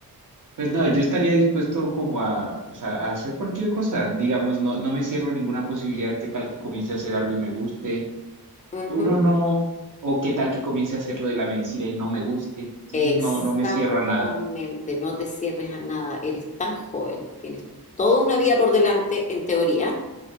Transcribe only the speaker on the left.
Ujú.
Exactamente,
no te cierres a nada, eres tan joven, tienes toda una vida por delante en teoría